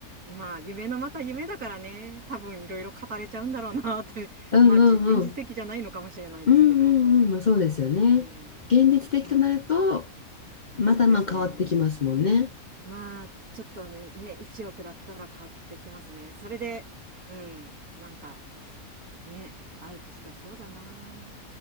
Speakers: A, on the right; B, on the left.
A: まあ、夢のまた夢だからね、多分いろいろ語れちゃうんだろうなって、<laughs>
B: うんうんうん。
A: まあ、じ現実的じゃないのかもしれないですけど。
B: うんうんうん。まあそうですよね。
A: うん、
B: 現実的となると、
A: うん、
B: またまあ変わってきますもんね。
A: そうですね。まあ、ちょっとね、ね、1億だったら買ってきますね。それで、うん、なんか、ね、あるとしたらそうだな。